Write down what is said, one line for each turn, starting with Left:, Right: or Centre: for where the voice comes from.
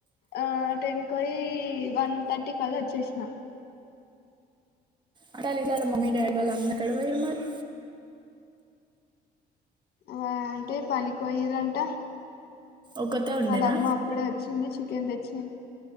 Left: ఆ టెన్ క్వొయి వన్ థర్టీ కల్లా వచ్చేసిన
Right: అంటాల ఇలాల మమ్మీ డాడీ వాళ్ళ అన్న ఎక్కడ్వోరు మరి
Left: వా అంటే పనికి పోయిరంట
Right: ఒక్కతే ఉండేనా
Left: వాళ్ళమ్మ అప్పుడే వచ్చింది చికెన్ తెచ్చింది